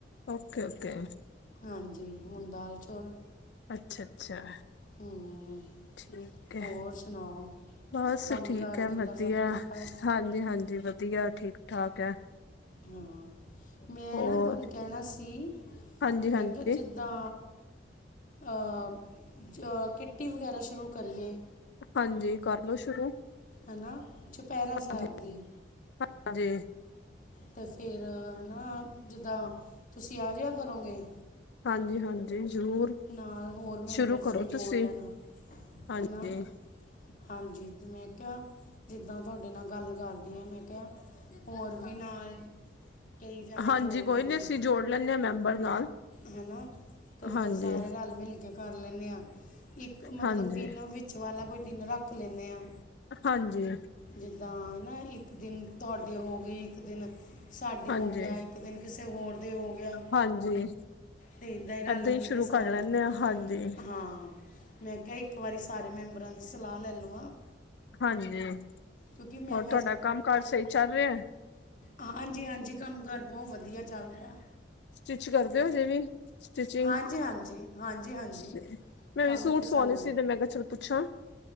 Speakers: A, on the left (about 70°); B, on the left (about 45°).
A: ਓਕੇ-ਓਕੇ।
B: ਹਾਂਜੀ ਹੁਣ ਦਾਲ, ਚੌਲ।
A: ਅੱਛਾ-ਅੱਛਾ,
B: ਹੂੰ
A: ਠੀਕ ਐ।
B: ਹੋਰ ਸੁਣਾਓ
A: ਬਸ
B: ਕੰਮਕਾਰ
A: ਠੀਕ ਐ
B: ਕਿੱਦਾਂ
A: ਵਧੀਆ
B: ਸਭ ਠੀਕ ਠਾਕ
A: ਹਾਂਜੀ-ਹਾਂਜੀ ਵਧੀਆ ਠੀਕ ਠਾਕ ਐ।
B: ਹਾਂ ਮੈਂ
A: ਹੋਰ
B: ਨਾ ਤੁਹਾਨੂੰ ਕਹਿਣਾ ਸੀ,
A: ਹਾਂਜੀ
B: ਮੈਂ
A: ਹਾਂਜੀ
B: ਕਿਹਾ ਜਿ ਦਾ ਅ, ਜ ਕਿੱਟੀ ਵਗੈਰਾ ਸ਼ੁਰੂ ਕਰੀਏ।
A: ਹਾਂਜੀ ਕਰਲੋ ਸ਼ੁਰੂ।
B: ਹਨਾ ਚੁਪੈਰਾ
A: ਹਾਂਜੀ
B: ਸਾਬ ਦੀ।
A: ਹਾਂਜੀ।
B: 'ਤੇ ਫੇਰ ਹਨਾ ਜਿੱਦਾਂ ਤੁਸੀਂ ਆ ਜੇਆ ਕਰੋਗੇ?
A: ਹਾਂਜੀ-ਹਾਂਜੀ ਜ਼ਰੂਰ।
B: ਨਾਲ ਹੋਰ ਮੈਂਬਰਸ
A: ਸ਼ੁਰੂ ਕਰੋ
B: ਵੀ ਜੋੜ
A: ਤੁਸੀਂ
B: ਲੈਣਾ।
A: ਹਾਂਜੀ
B: ਹਨਾ, ਹਾਂਜੀ 'ਤੇ ਮੈਂ ਕੇ ਹਾਂ ਜਿੱਦਾਂ ਤੁਹਾਡੇ ਨਾਲ ਗੱਲ ਕਰਦੀ ਆ ਮੈਂ ਕਿਹਾ ਹੋਰ ਵੀ ਨਾਲ ਕਈ ਜਾਣੇ
A: ਹਾਂਜੀ
B: ਜੋੜ
A: ਕੋਈ
B: ਲੈਣਾ
A: ਨੀ ਅਸੀਂ ਜੋੜ ਲੈਂਨੇ ਆ ਮੈਂਬਰ ਨਾਲ।
B: ਹਨਾ 'ਤੇ
A: ਹਾਂਜੀ
B: ਫੇਰ ਸਾਰੇ ਰਲ-ਮਿਲ ਕੇ ਕਰ ਲੈਂਨੇ ਆ, ਇੱਕ ਮਤਲਬ
A: ਹਾਂਜੀ
B: ਦਿਨ ਵਿੱ ਚ ਵਾਲਾ ਕੋਈ ਦਿਨ ਰੱਖ ਲੈਂਨੇ ਆ।
A: ਹਾਂਜੀ।
B: ਜਿੱਦਾਂ ਹਨਾ ਇੱਕ ਦਿਨ ਤੁਹਾਡੇ ਹੋ ਗਈ, ਇੱਕ ਦਿਨ ਸਾਡੇ
A: ਹਾਂਜੀ
B: ਹੋ ਗਿਆ ਇ ਕ ਦਿਨ ਕਿਸੇ ਹੋਰ ਦੇ ਹੋ ਗਿਆ।
A: ਹਾਂਜੀ!
B: ਤੇ ਇਦਾਂ ਈ ਰਲ-ਮਿਲ
A: ਏਦਾਂ ਹੀ ਸ਼ੁਰੂ
B: ਗੇ ਸਾਰੇ,
A: ਕਰ ਲੈਂਦੇ ਹਾਂ ਹਾਂਜੀ
B: ਹਾਂ! ਮੈਂ ਕਿਹਾ ਇੱਕ ਵਾਰੀ ਸਾਰੇ ਮੈਂਬਰਾਂ ਦੀ ਸਲਾਹ ਲੈ ਲਵਾਂ।
A: ਹਾਂਜੀ!
B: ਕਿਉਂਕਿ ਮੈਂ
A: ਹੋਰ ਤੁਹਾਡਾ ਕੰਮ ਕਾਰ ਸਹੀ ਚੱਲ ਰਿਐ?
B: ਹਾਂਜੀ-ਹਾਂਜੀ ਕੰਮ-ਕਾਰ ਬਹੁਤ ਵਧੀਆ ਚੱਲ ਰਿਆ।
A: ਸਟਿੱਚ ਕਰਦੇ ਹੋ ਹਜੇ ਵੀ? ਸਟਿਚਿੰਗ,
B: ਹਾਂਜੀ ਹਾਂਜੀ ਹਾਂਜੀ ਹਾਂਜੀ
A: ਸ-ਮੈਂ
B: ਕੰਮ
A: ਵੀ ਸੂਟ
B: ਤੇ
A: ਸਵਾਉਣੇ
B: ਚੱਲ
A: ਸੀਗੇ ਮੈਂ ਕਿਹਾ ਚਲੋ ਪੁੱਛਾਂ।